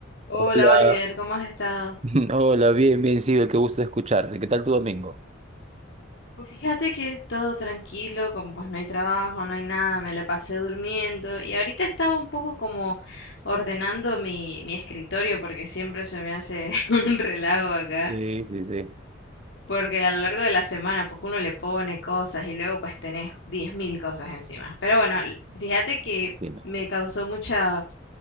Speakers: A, on the left; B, on the right.
A: Hola
B: Hola,
A: Oliver, ¿cómo has estado?
B: <laughs> hola, bien, bien, Sibel, qué gusto escucharte. ¿Qué tal tu domingo?
A: Pues fíjate que todo tranquilo, como pues no hay trabajo, no hay nada, me la pasé durmiendo y ahorita estaba un poco como ordenando mi, mi escritorio porque siempre se me hace <laughs> un relajo acá.
B: Sí, sí, sí.
A: Porque a lo largo de la semana, pues uno le pone cosas y luego pues tenés 10.000 cosas encima. Pero bueno, l- fíjate que
B: Bien,
A: me causó mucha,